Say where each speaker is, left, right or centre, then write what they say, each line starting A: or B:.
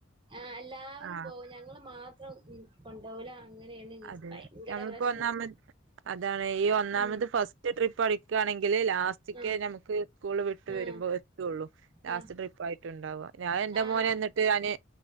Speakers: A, on the right; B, on the right.
A: ആഹ് എല്ലാവരും
B: ആ
A: പോകും ഞങ്ങള് മാത്രം ഉം കൊണ്ടാവുലാ അങ്ങനെയാണെനി
B: അതെ
A: ഭയങ്കര
B: നമ്മളിപ്പോ
A: പ്രശ്നം
B: ഒന്നാമത് അതാണ് ഈ ഒന്നാമത്
A: ഉം
B: ഫസ്റ്റ് ട്രിപ്പ് അടിക്കാണെങ്കിൽ ലാസ്റ്റക്ക്
A: ആഹ്
B: ഞമുക്ക് സ്കൂള് വിട്ട്
A: ആഹ്
B: വരുമ്പോ ത്തുള്ളൂ ലാസ്റ്റ്
A: ആഹ്
B: ട്രിപ്പായിട്ടാണുണ്ടാവാ ഞാൻ എന്റെ
A: ആഹ്
B: മോനെ എന്നിട്ട് ഞാന്